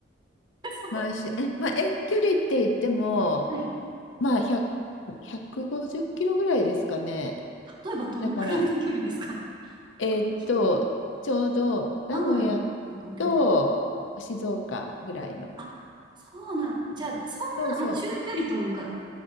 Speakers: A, on the right; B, on the left.
A: <laughs> そう。
B: 毎週、え、まあ、遠距離って言っても、
A: はい。
B: まあ、100、150キロぐらいですかね。
A: 例えばどのくらいの距離ですか
B: だから、えーっと、
A: 学習だ
B: ちょうど名古屋
A: 名古屋と東京とか。
B: と静岡ぐらいの。
A: あ、そうなん。じゃあ、そんな、
B: そうそ
A: まあ、中距離というか。